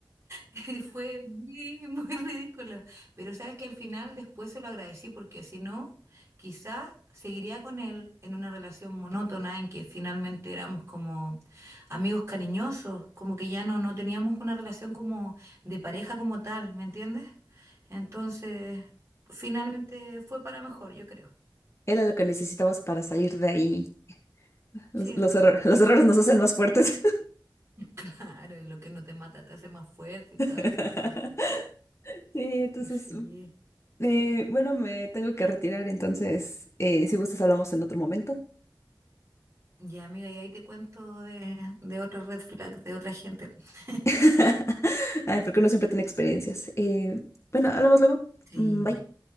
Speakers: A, on the right; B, on the left.
A: <laughs> Fue muy, muy ridículo. Pero sabes que al final después se lo agradecí porque si no, quizá seguiría con él en una relación monótona en que finalmente éramos como amigos cariñosos, como que ya no, no teníamos una relación como de pareja como tal, ¿me entiendes? Entonces, finalmente fue para mejor, yo creo.
B: Era lo que necesitabas para salir de ahí. Los,
A: Sí,
B: los erro- los errores nos hacen más fuertes.
A: <laughs> claro, y lo que no te mata te hace más fuerte y todas
B: <laughs>
A: esas cosas.
B: Sí, entonces,
A: Sí.
B: eh, bueno, me tengo que retirar, entonces, eh, si gustas, hablamos en otro momento.
A: Ya, amiga, y ahí te cuento de, de otra red flag de otra gente. <laughs>
B: <laughs> Ay, porque uno siempre tiene experiencias. Eh, bueno, hablamos luego.
A: Sí.
B: Mm, Bye.